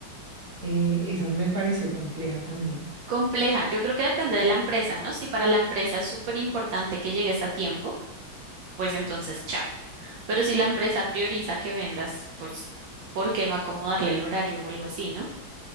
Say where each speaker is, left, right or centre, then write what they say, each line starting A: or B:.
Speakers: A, on the right; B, on the right.
A: Eh, esa me pareció compleja también.
B: Compleja. Yo creo que depende de la empresa, ¿no? Si para la empresa es súper importante que llegues a tiempo, pues entonces chao. Pero si la empresa prioriza que vendas, pues, ¿por qué no acomodarle el horario o algo así, no?